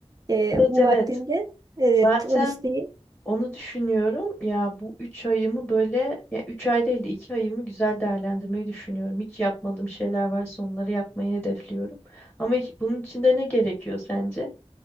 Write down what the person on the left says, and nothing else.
Evet
evet.
Zaten
onu düşünüyorum. Ya bu üç ayımı böyle ya üç ay değil de iki ayımı güzel değerlendirmeyi düşünüyorum. Hiç yapmadığım şeyler varsa onları yapmayı hedefliyorum. Ama hiç- bunun için de ne gerekiyor sence?